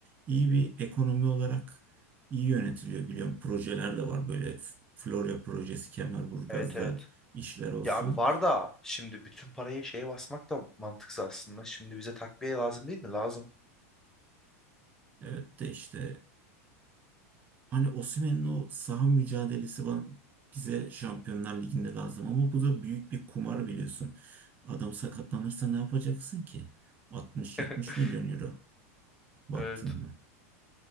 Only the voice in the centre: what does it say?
Evet evet.
Ya abi var da şimdi bütün parayı şeye basmak da mantıksız aslında. Şimdi bize takviye lazım değil mi? Lazım.
<laughs>
Evet.